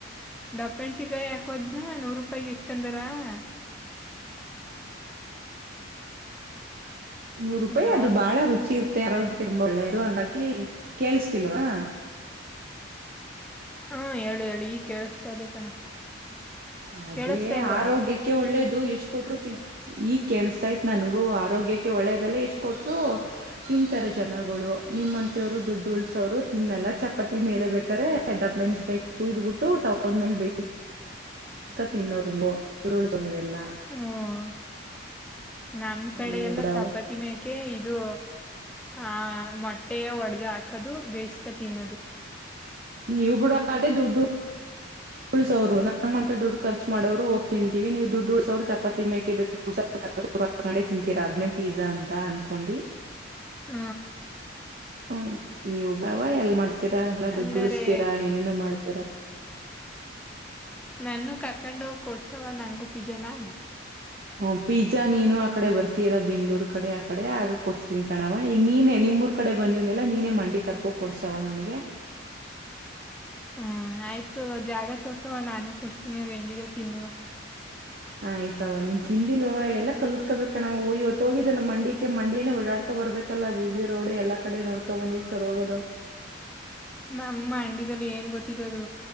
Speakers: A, in the centre; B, on the right (about 45°).
A: ದಪ್ಪೆಣಸಿಕಾಯಿ ಯಾಕೋದ ನೂರ್ ರೂಪಾಯ ಇಷ್ಟಕಂದರ ಹಾ
B: ನೂರು ರೂಪಾಯಿ
A: ಹಲೋ
B: ಅದು ಬಾಳ ರುಚಿ ಇ ೆರೋಗ ತಿಂಬೊಳ್ಳೆ ಇ ಹಂಗಾಕಿ ಕೇೇಳಸ್ತಿಲ್ವಾ
A: ಹಾ ಹೇಳಿ ಹೇಳಿ ಈ ಕೇಳಿಸತಾದೆ ಕಣ
B: ಅದೇ
A: ಕೇಳಿಸ್ತಾ ಇಲ್ವಾ
B: ಆರೋಗ್ಯಕ್ಕೆ ಒಳ್ಳೇದು ಇಷ್ಟ ಕೊರು ಈ ಕೇಳತತ್ ನನ್ಗೂ ಆರೋಗ್ಯಕ್ಕೆ ಒಳ್ಳೆದಲ್ಲ ಇಷ್ಟ್ ಕೊಟ್ಟರು ತಿಂತಾರೆ ಜನಗಳು ನಿಮ್ಮಂತಿಯವ್ರು ದುಡ್ಡು ಉಳ್ಸೋರು ತಿನ್ನಲ್ಲ ಚಪಾತಿ ಮೇಲೆ ಬೇಕಾರೆೆ ದ ಾಯಿ ಕಯುದ್ಬಿಟ್ಟು ತಗದ್ಮೇಲೆ ಬೇಯಿಸಿ
A: <unintelligible>
B: ಮುಸ್ಕತಿ ಇನ್ನೋರುಗೋ ಸುರುಳಿಕ ನೀವೆಲ್ಲ
A: ಹ್ಮ್ ನಮ್ ಕಡೆ
B: ನೀವು
A: ಎಲ್ಲ
B: ಬಿಡ
A: ಚಪಾತಿ ಮೇಕೆ ಇದು ಆ ಮೊಟ್ಟೆಯ ಒಡಗ ಹಾಕದು ಬೇಸ ತಿನ್ನೋದು
B: ನೀನ್ವುಬುಡದೆ ದುಡ್ಡುೂ ಉಳಸೋ್ರು ನಂಗ್ ಮತ್ತ ದುಡ್ಡು ಖರ್ಚು ಮಾಡೋರು ಹೋಗ್ ತಿಂತೀವಿ ನೀವು ಡ್ಡು ಉಳಸೋ್ರು ಚಪಾತಿ ಮೇಕೆ ಬ ಒ ಕಡೆ ತಿಂತೀರಾ ಅದ್ನೇ ಪಿಜಜಾ ಅಂತ ಅನ್ಕೊಂಡಿ
A: ಹ
B: ಹ್ಮ ನೀವು ಎಲ್ ಮಾಡ್ತೀರಾ ಎಲ್ಲ
A: ಹಂಗಾರೆ
B: ದುಡ್ಡು ಉಳಿಸತೀರಾ ಏನೇನ ಮಾಡ್ತ ಎರ
A: ನನ್ನು ಕರ್ಕೊಂಡೋಗಿ ಕೊಡ್ಸವ ನಂಗೂ ಪಿಜನಾ
B: ಹ ಪೀಜ್ಜಾ ನೀನು ಆ ಕಡೆ ಬರ್ತೀಯಲ್ಲ ಬೆಂಗ್ಳೂರ್ ಕಡೆ ಆಕಡೆ ಆಗ ಕೊಡಿಸಸ್ತೀನ್ಿ ಕಣವ ಈಗ ನೀನ್ ನಿಮ ಮೂರ್ ಕಡೆ ಬಂದಿದನೆಲ್ಲ ನೀನೇ ಮಂಡಿ ಕರ್ಕೊಂಡ ಕೊಡ್ಸವ ನನಗೆ
A: <unintelligible> ಹ್ಮ್ ಆಯ್ತು ಜಾಗ ತೋರ್ಸುವ ನಾನೇ ಕೊಡ್ಸತೀನಿ ಅದ್ ಹೆಂಗಿದೆ ತಿನ್ನುವ
B: ಆಯ್ತವ ನೀನ್ ತಿಿಂದಿಲ್ ಎಲ್ಲ ಕಲ್ತ್ಕೋಬೇಕಣ ಇವತ್ತು ಹೋಗಿದೆಲ್ಲ ಮಂಡಿಿಕ ಮಂಡಿಯೇ ಓಡಾಡ್ಕೊಂಡ ಬರ್ಬೇಕಲ್ಲಾ ವಿವಿ ರೋಡ್ ಎಲ್ಲಾ ಕಡೆ ನೋಡ್ಕೊ ಬಂದಿದಿ ಸರ್ ಹೋಗೋದು
A: <unintelligible> ನಮ್ಮ ಅಂಡಲ್ಲಿ ಏನ್ ಗೊತ್ತಿದದು